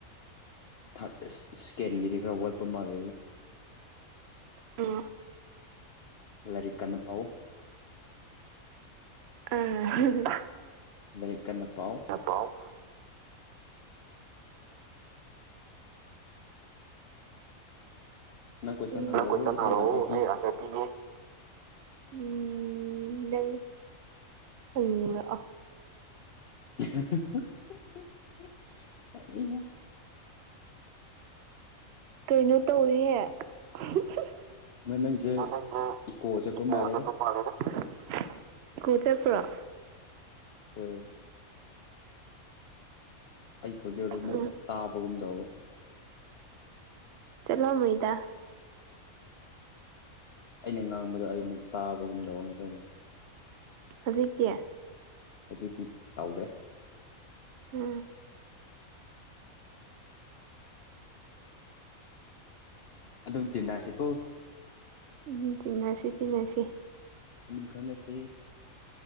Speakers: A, on the left; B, on the right.
A: ꯊꯥꯔꯠ ꯁꯦꯀꯦꯟꯒꯤꯗꯤ ꯈꯔ ꯋꯥꯠꯄ ꯃꯥꯜꯂꯦ
B: ꯎꯝ
A: ꯂꯥꯏꯔꯤꯛ ꯀꯟꯅ ꯄꯥꯎ
B: ꯑꯥ
A: ꯂꯥꯏꯔꯤꯛ ꯀꯟꯅ ꯄꯥꯎ
B: ꯄꯥꯎ
A: ꯀꯣꯏꯁꯟ ꯍꯪꯔꯛꯎ
B: ꯅꯪ ꯀꯣꯏꯁꯟ ꯍꯥꯏꯔꯛꯑꯣ
A: ꯑꯩ ꯑꯟꯁꯔ
B: ꯑꯩ ꯑꯟꯁꯔ ꯄꯤꯒꯦ ꯎꯝ ꯅꯪ ꯍꯪꯂꯛꯑꯣ
A: <unintelligible>
B: ꯀꯩꯅꯣ ꯇꯧꯋꯦꯍꯦ <unintelligible>
A: ꯅꯪ ꯅꯪꯁꯦ ꯏꯀꯣ
B: ꯏꯀꯣ
A: ꯃꯥꯜꯂꯦꯗ
B: ꯆꯠꯄ ꯃꯜꯂꯦꯗꯥ <unintelligible> ꯏꯀꯦ ꯆꯠꯄꯔꯣ
A: ꯍꯣꯏ ꯑꯩ ꯈꯣꯟꯖꯦꯜꯗꯨ
B: ꯎꯝ
A: ꯃꯨꯛ ꯇꯥꯕꯒꯨꯝ ꯇꯧꯕ
B: ꯆꯠꯂꯝꯃꯣꯏꯗ
A: ꯑꯩꯅ ꯉꯥꯡꯕꯗꯣ ꯑꯩꯃꯨꯛ ꯇꯥꯕꯒꯨꯝ ꯇꯧꯕꯥ ꯉꯥꯁꯥꯏꯗꯣ
B: ꯍꯧꯖꯤꯛꯀꯤ
A: ꯍꯧꯖꯤꯛꯇꯤ ꯇꯧꯗ꯭ꯔꯦ
B: ꯑꯥ
A: ꯑꯗꯨꯝ ꯇꯤꯟꯅꯁꯦꯀꯣ
B: ꯎꯝ ꯆꯤꯟꯅꯁꯤ ꯆꯤꯟꯅꯁꯤ
A: ꯎꯝ ꯈꯪꯅꯁꯤ